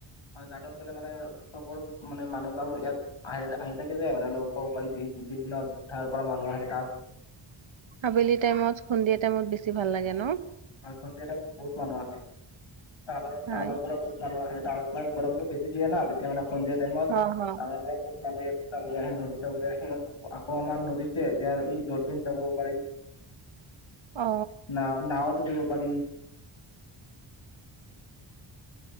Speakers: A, on the left; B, on the right.
A: হয়, গতত গ'লে মানে চবৰ, মানে মানুহ চানুহ ইয়াত আহে আহি থাকে যে। মানে লগ পাব পাৰিবি, বিভিন্ন ঠাইৰ পৰা মানুহ আহে তাত।
B: আাবেলি টাইমত, সন্ধিয়া টাইমত বেছি ভাল লাগে ন?
A: হয় সন্ধিয়া টাইমত বহুত মানুহ আহে। টাউনৰ,
B: হয়
A: টাউনৰ পৰা বহুত মানুহ আহে, টাউনত মানে গৰম বেছি দিয় না, তেতিয়ানে অক সন্ধিয়া তাইমত
B: অ অ
A: আমাৰ মানুহ ইয়াত চাবলৈ আহে, নদী চাবলৈ আহে। আৰু আকৌ আমাৰ নদীত যে এতিয়া ডলফিন চাব পাৰি।
B: অ
A: না-নাওত উঠিব পাৰি।